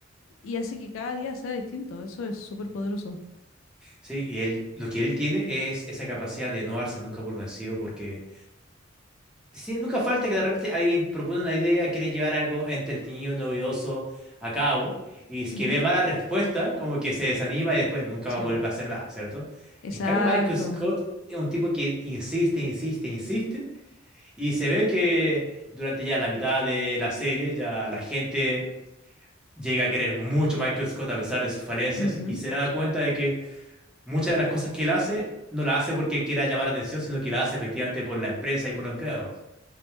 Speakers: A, on the left; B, in the centre.
A: y hace que cada día sea distinto. Eso es súper poderoso.
B: Sí, y él, lo que él tiene es esa capacidad de no darse nunca por vencido, porque sí, nunca falta que de repente alguien propone una idea, quiere llevar algo entretenido, novedoso a cabo, y es
A: Ujú,
B: que ve mala respuesta, como que se desanima y después nunca
A: Sí,
B: más vuelve
A: bo.
B: a hacer nada, ¿cierto?
A: Exacto.
B: En cambio, Michael Scott es un tipo que insiste, insiste, insiste, y se ve que durante ya la mitad de la serie ya la gente llega a querer mucho a Michael Scott a pesar de sus falencias
A: ujú,
B: y se da cuenta de que muchas de las cosas que él hace no las hace porque él quiera llamar la atención, sino que las hace efectivamente por la empresa y por los empleados.